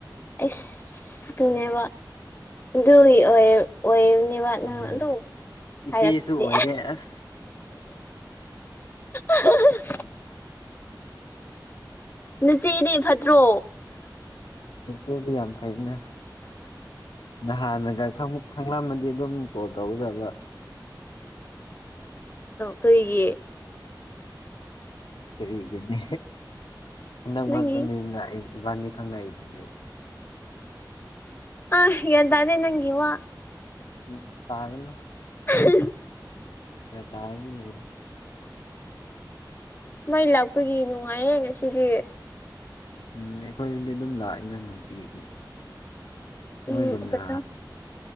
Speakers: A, on the left; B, on the left.
A: ꯑꯁ ꯑꯗꯨꯅꯦꯕ ꯑꯗꯨꯒꯤ ꯑꯣꯏ ꯑꯣꯏꯅꯦꯕ ꯑ
B: ꯎꯝ
A: ꯅꯪ ꯑꯗꯨꯝ
B: ꯏꯆꯦꯁꯨ
A: ꯍꯥꯏꯔꯛꯄꯁꯦ
B: ꯑꯣꯏꯔꯦ ꯑꯁ
A: ꯍ <unintelligible>
B: ꯎꯝ <inaudible>
A: ꯅꯆꯦꯗ ꯐꯠꯇ꯭ꯔꯣ
B: ꯑꯦꯗꯤ ꯌꯥꯝ ꯐꯩꯅ ꯅꯍꯥꯟꯅꯒ ꯈꯪ ꯈꯪꯂꯝꯃꯗꯤ ꯑꯗꯨꯝ ꯀꯣꯜ ꯇꯧꯒꯗꯕ
A: ꯀꯔꯤꯒꯤ
B: ꯀꯔꯤꯒꯤꯅꯦ ꯍꯟꯗꯛ ꯃꯔꯛꯇꯅꯤꯅ
A: ꯅꯪꯒꯤ
B: ꯏꯕꯥꯅꯤ ꯈꯪꯅꯏꯁꯤꯅꯦ
A: ꯑ ꯒ꯭ꯌꯥꯟ ꯇꯗꯦ ꯅꯪꯒꯤ ꯋꯥ
B: ꯎꯝ ꯇꯥꯒꯅꯨ
A: ꯎ
B: ꯇꯥꯔꯅꯤ ꯂꯣꯏ
A: ꯃꯩ ꯂꯥꯛꯄꯒꯤ ꯅꯨꯡꯉꯥꯏꯌꯦ ꯉꯁꯤꯗꯤ
B: ꯎꯝ ꯑꯩꯈꯣꯏꯗꯤ ꯑꯗꯨꯝ ꯂꯥꯛꯏꯅ ꯅꯨꯡꯇꯤꯒꯤ ꯅꯣꯏꯒꯨꯝꯅ
A: ꯎꯝ ꯀꯩꯅꯣ